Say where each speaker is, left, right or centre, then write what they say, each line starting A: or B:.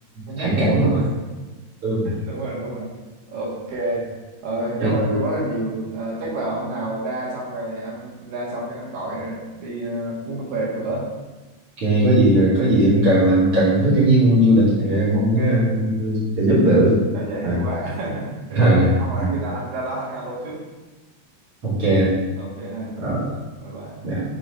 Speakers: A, on the right; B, on the right.
A: Không
B: thẳng
A: mất mùa
B: cẳng
A: luôn
B: luôn ừ.
A: đúng rồi đúng rồi ok ờ, cảm
B: ok
A: ơn tôi rất là nhiều Ờ, chắc là hôm nào ra xong rồi anh ra xong cái anh gọi đi ờ, uống cà phê một bữa
B: Ok, có gì
A: Ờ,
B: có gì em cần làm cần hướng dẫn viên du lịch thì em
A: ok
B: cũng ờ, sẽ giúp được
A: Ờ, vậy hay
B: à,
A: quá <laughs> có
B: <laughs> à,
A: gì không mà khi nào anh ra đó anh alo trước
B: ok
A: ok ha
B: Ờ,
A: bye bye
B: dạ.